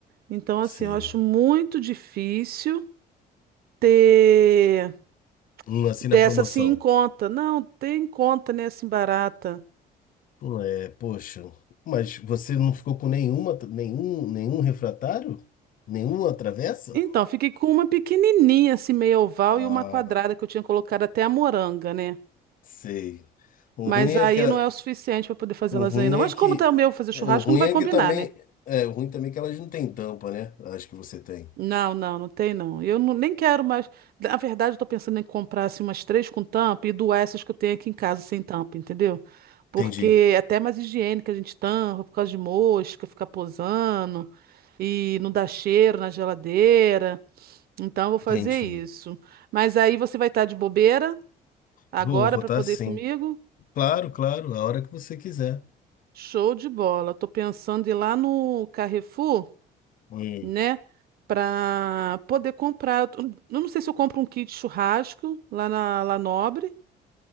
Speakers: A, on the right; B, on the left.
A: Então assim,
B: Sei.
A: eu acho muito difícil ter
B: Hum, assim
A: dessa
B: na promoção.
A: assim em conta. Não, ter em conta, né, assim barata.
B: Hum, É, poxa, mas você não ficou com nenhuma, nenhum, nenhum refratário? Nenhuma travessa?
A: Então, fiquei com uma pequenininha, assim, meio oval,
B: Ah,
A: e uma quadrada que eu tinha colocado até a moranga, né?
B: sei. O
A: Mas
B: ruim é
A: aí
B: que a-
A: não é o suficiente para poder fazer
B: o
A: lasanha,
B: ruim
A: não.
B: é
A: Mas
B: que
A: como tá o meu fazer churrasco,
B: o ruim
A: não vai
B: é
A: combinar,
B: que também
A: né?
B: é, o ruim também é que elas não têm tampa, né? Acho que você tem.
A: Não, não, não tem não. Eu não- nem quero mais. Na verdade, eu tô pensando em comprar assim, umas três com tampa e doar essas que eu tenho aqui em casa sem tampa, entendeu? Porque
B: Entendi,
A: é até mais higiênica a gente tampa por causa de mosca, ficar posando e não dá cheiro na geladeira. Então, eu vou fazer
B: entendi.
A: isso. Mas aí você vai estar de bobeira. Agora
B: Vou votar
A: para poder
B: sim.
A: ir comigo?
B: Claro, claro, a hora que você quiser.
A: Show de bola. Tô pensando em ir lá no Carrefour,
B: Hum.
A: né? Para poder comprar. Eu tô- eu não sei se eu compro um kit churrasco lá na La Nobre